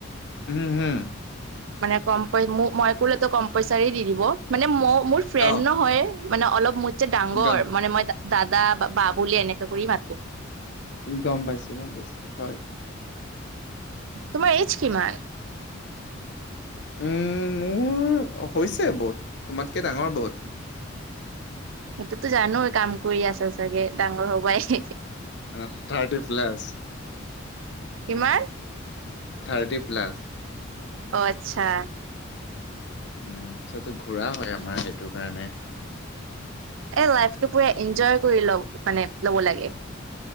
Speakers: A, on the left (about 60°); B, on the right (about 70°).
A: উম হুম
B: মানে কম প মই কোলেতো কম পইচাৰে দি দিব মানে ম মোৰ ফ্ৰেণ্ড
A: অ'
B: নহয়। মানে অলপ মোৰ যে ডাঙৰ
A: গ
B: মানে মই দাদা বা বা বুলি এনেকা কৰি মাতো।
A: গম পাইছো গম পাইছো হয়।
B: তোমাৰ এইজ কিমান?
A: উম মোৰ হৈছে বহুত তোমাতকে ডাঙৰ বহুত।
B: সেইটোতো জানো কাম কৰি আছ চাগে ডাঙৰ হবাই
A: অ থাৰ্টি প্লছ
B: কিমান
A: থাৰ্টি প্লাছ
B: অ আচ্ছা
A: উম পিছতো ঘূৰা হয় আমাৰ সেইটো কাৰণে
B: এ লাইফটো পুৰা এঞ্জয় কৰি ল মানে লব লাগে